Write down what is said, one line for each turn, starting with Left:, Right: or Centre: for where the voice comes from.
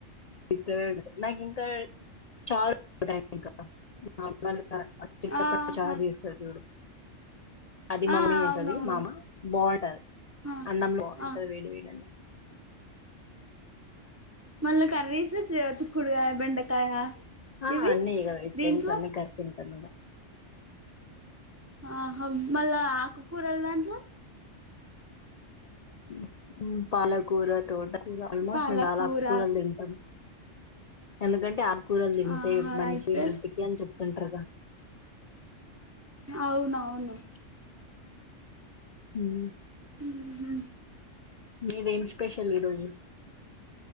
Left: ఇష్టమైన నాకు ఇంకా చాల్ ఉండయ్. ఇంకా <inaudible> మళ్ళీ <inaudible> చింతపండు
Right: ఆహా
Left: చార్ చేస్తారు. చూడు అది
Right: ఆ
Left: మమ్మీ చేస్తది.
Right: అవునవును
Left: మామ్మ బావుంటది.
Right: ఆ
Left: అన్నంల్ బావుంటది
Right: ఆ
Left: వేడి వేడి అన్నం.
Right: మళ్ళ కర్రీసు చి చుక్ క్డురగాయ, బెండకాయ
Left: ఆ
Right: ఇవి
Left: అన్నీ ఇగ వెజిటేబుల్స్
Right: దీంట్లో
Left: అన్ని కాడ్స్థిం దాన్నీలా
Right: ఆహా మల్ల ఆకు కూరల్ దాంట్లో
Left: మ్మ్ మ్మ్ పాలకూర, తోట క్ కూర ఆల్మోస్ట్
Right: పాలకూర
Left: మేము ఆల్ ఆకు కూరలు తింటం. ఎందుకంటే ఆక్ కూరలు తింటే
Right: ఆహా
Left: మంచి
Right: అయితే
Left: హెల్త్ కి అని చెప్ తింట్రగా
Right: అవునవును
Left: హ్మ్
Right: హ్మ్ హు
Left: మీదేం స్ స్పెషల్ ఈరోజు